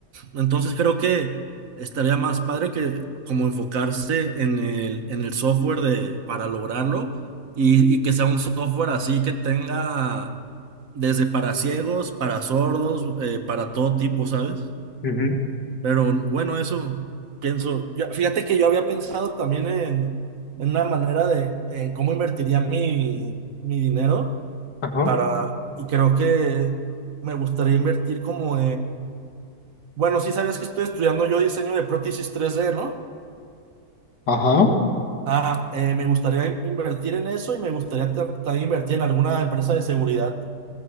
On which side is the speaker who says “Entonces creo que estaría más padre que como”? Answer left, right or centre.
Right